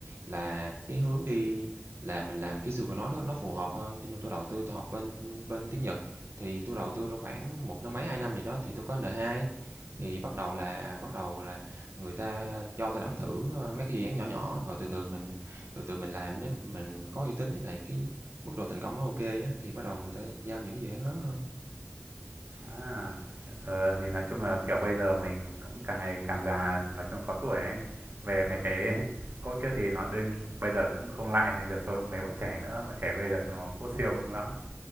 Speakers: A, on the right; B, on the right.
A: là cái hướng đi là mình làm kỹ sư của nó nó nó phù hợp hơn, cho nên tôi đầu tư tôi học bên, bên tiếng Nhật. Thì tôi đầu tư đâu khoảng một năm mấy, 2 năm gì đó thì tôi có N2, thì bắt đầu là bắt đầu là người ta cho tôi làm thử, ơ, mấy cái dự án nhỏ nhỏ, rồi từ từ mình từ từ mình làm nếu mình có uy tín với lại cái mức độ thành công nó ok á, thì bắt đầu người ta giao những cái dự án lớn hơn.
B: À, ờ, thì nói chung là, kiểu, bây giờ mình cũng càng ngày càng già, nói chung là có tuổi ấy, về mấy
A: Ờ,
B: cái <laughs> cỗ kiếc thì nó đương bây giờ cũng không lại thì được so với mấy bọn trẻ nữa, bọn trẻ bây giờ chúng nó cỗ siêu cũng lắm.